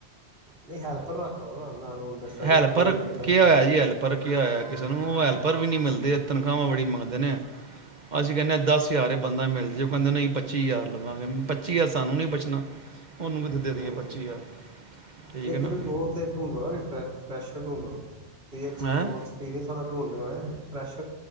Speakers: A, on the right (about 60°); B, on the right (about 45°).
A: ਨਹੀਂ ਹੈਲਪਰ ਰੱਖ ਲਓ ਨਾ। ਨਾਲ ਮੁੰਡਾ ਸਟੱਡੀ
B: ਹੈਲਪਰ
A: ਸਟੂਡੀ ਕਰਦਾ
B: ਕੀ ਹੋਇਆ ਜੀ ਹੈਲਪਰ ਹੋਇਆ ਕਿਸੇ ਨੂੰ ਉਹ ਹੈਲਪਰ ਵੀ ਨਹੀਂ ਮਿਲਦੇ ਤਨਖਾਹਾਂ ਬੜੀ ਮੰਗਦੇ। ਅਸੀਂ ਕਹਿੰਦੇ ਹ ਦਸ ਹਜ਼ਾਰ ਬੰਦਾ ਮਿਲ ਜੇ। ਉਹ ਕਹਿੰਦੇ ਨਹੀਂ ਪੱਚੀ ਹਜ਼ਾਰ ਲਵਾਂਗੇ। ਪੱਚੀ ਹਜ਼ਾਰ ਸਾਨੂੰ ਨੀ ਬਚਣਾ। ਉਹਨੂੰ ਕਿਥੇ ਦੇ
A: ਹੂੰ
B: ਦੇਈਏ ਪੱਚੀ ਹਜ਼ਾਰ। ਠੀਕ
A: ਨਹੀਂ
B: ਹੈ
A: ਕਰ
B: ਨਾ
A: ਉਹ ਤੇ ਢੂੰਡਨਾ ਵਿ ਪੇਨਾ। ਫਰੈਸ਼ਰ ਢੂੰਡੋ ਤੁ ਅਕੂਸ
B: ਹੈਂ
A: ਐਕਸਪੀਰੀਅੰਸ ਵਾਲਾ ਢੂੰਡ ਹੋਇਆ ਫ਼੍ਰੇਸ਼